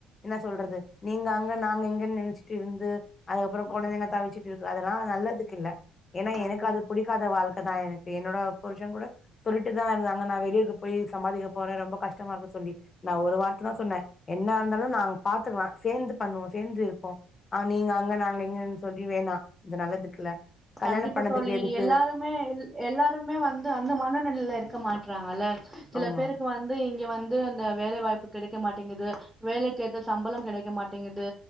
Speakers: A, on the left; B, in the centre.
A: என்ன சொல்றது நீங்க அங்க நாங்க இங்கன்னு நெனச்சிட்டு இருந்து அதுக்கப்றோ
B: ம்
A: <unintelligible> தவிச்சிட்டு அதெல்லா நல்லதுக்கில்ல ஏன்னா
B: கண்டிப்
A: எனக்கு அது வாழ்க்கதா எனக்கு என்னோட புருஷங் கூட சொல்லிட்டுதா இருந்தாங்க நா வெளியூருக்கு போய் சம்பாதிக்க போறே ரொம்ப கஷ்டமா இருக்கு சொல்லி நா ஒரு வார்த்ததா சொன்ன என்ன இருந்தாலு நாங்க பாத்துக்குலா சேந்து பண்ணுவோ சேந்து இருப்போ அ நீங்க அங்க நாங்க இங்கன் சொல்லி வேணா இது நல்லதுக்கில்ல கல்யாணம்
B: கண்டிப்பா
A: பண்ணதுக்
B: தோழி
A: எதுக்
B: எல்லாருமே எல் எல்லாருமே வந்து அந்த மனநிலைல இருக்க மாட்றாங்கல்ல சில
A: ஆமா
B: பேருக்கு வந்து இங்கெ வந்து அந்த வேலை வாய்ப்பு கெடைக்க மாட்டேங்குது வேலைக்கேத்த சம்பளொ கெடைக்க மாட்டேங்குது